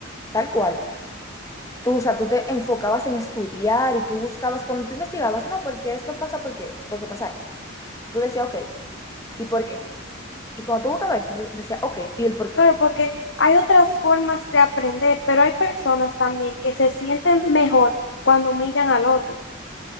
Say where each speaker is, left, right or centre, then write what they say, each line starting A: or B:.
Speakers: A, on the left (about 15°); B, on the left (about 60°).
A: tal cual. Tú, o sea, tú te enfocabas en estudiar y tú buscabas, cuando tú investigabas, no, porque esto pasa, porque, porque pasa esto. Tú decías, ok, ¿y por qué? Y cuando tú buscabas eso, tú decías, ok, ¿y el por qué?
B: Claro, porque hay otras formas de aprender, pero hay personas también que se sienten mejor cuando humillan al otro.